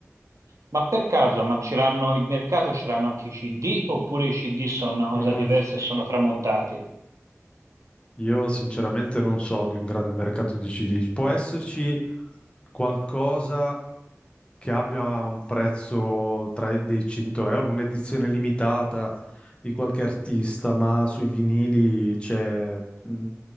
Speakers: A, on the right; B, on the left.
A: Ma per caso, ma ce l'hanno, il mercato ce l'hanno anche i CD oppure i CD sono una cosa
B: Mm,
A: diversa e sono tramontati?
B: io sinceramente non so di un grande mercato di CD. Può esserci qualcosa che abbia un prezzo tra i dei 100 euro, un'edizione limitata di qualche artista, ma sui vinili c'è... mm,